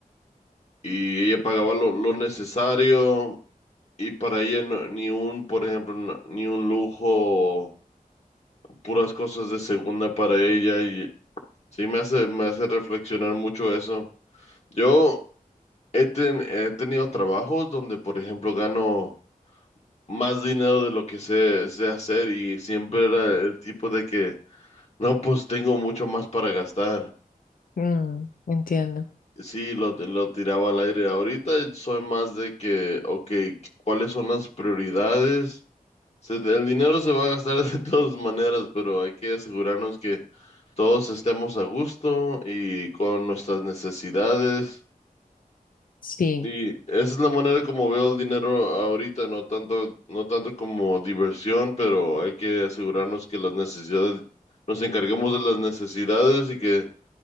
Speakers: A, on the left; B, on the left.
A: y ella pagaba lo, lo necesario y para ella no- ni un, por ejemplo, no- ni un lujo, puras cosas de segunda para ella y sí me hace, me hace reflexionar mucho eso. Yo he, ten- he tenido trabajos donde, por ejemplo, gano más dinero de lo que sé, sé hacer y siempre era el tipo de que, no, pues tengo mucho más para gastar.
B: Mm, entiendo.
A: Sí, lo, lo tiraba al aire. Ahorita soy más de que, ok, ¿cuáles son las prioridades? Se- el dinero se va a gastar <laughs> de todas maneras, pero hay que asegurarnos que todos estemos a gusto y con nuestras necesidades.
B: Sí,
A: Y esa es la manera como veo el dinero ahorita, no tanto, no tanto como diversión, pero hay que asegurarnos que las necesidades, nos encarguemos de las necesidades y que